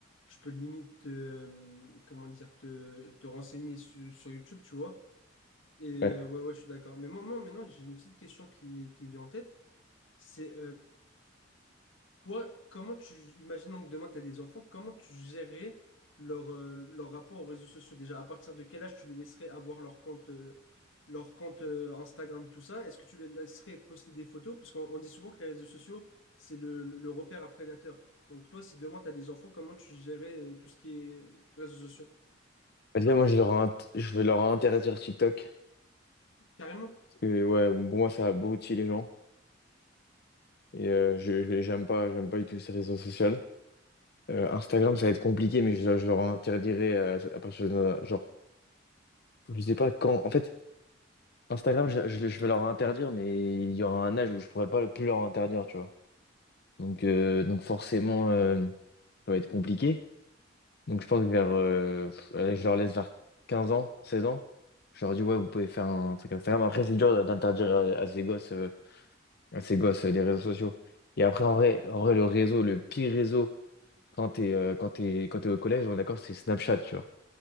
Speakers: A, on the left; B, on the left.
A: tu peux limite, euh, comment dire, te, te renseigner su- sur YouTube, tu vois. Et euh,
B: Ouais.
A: ouais, ouais, je suis d'accord. Mais moi, moi, maintenant, j'ai une petite question qui, qui me vient en tête. C'est toi, comment tu, imaginons que demain tu as des enfants, comment tu gérerais leur, euh, leur rapport aux réseaux sociaux déjà? À partir de quel âge tu les laisserais avoir leur compte, euh, leur compte euh, Instagram, tout ça? Est-ce que tu les laisserais poster des photos? Parce qu'on on dit souvent que les réseaux sociaux, c'est le, le- le repère à prédateurs. Donc toi, si demain tu as des enfants, comment tu gérerais euh, tout ce qui est réseaux sociaux?
B: Bah, déjà, moi, je, leur int- je vais leur interdire TikTok.
A: Carrément?
B: Parce que, ouais, pour moi, ça abrutit les gens. Et euh, je je- j'aime pas, j'aime pas du tout ces réseaux sociaux. Euh, Instagram, ça va être compliqué, mais je, je leur interdirai euh, à partir de... Genre, je sais pas quand... En fait, Instagram, je, je- je vais leur interdire, mais il y aura un âge où je pourrais pas plus leur interdire, tu vois. Donc, euh, donc forcément, euh, ça va être compliqué. Donc, je pense que vers... euh, pff, allez, je leur laisse vers 15 ans, 16 ans. Je leur dis, ouais, vous pouvez faire un truc Instagram. Après, c'est dur d'interdire à, à ces gosses, euh, à ces gosses euh, des réseaux sociaux. Et après, en vrai, en vrai, le réseau, le pire réseau quand t'es, euh, quand t'es, quand t'es au collège, on est d'accord, c'est Snapchat, tu vois.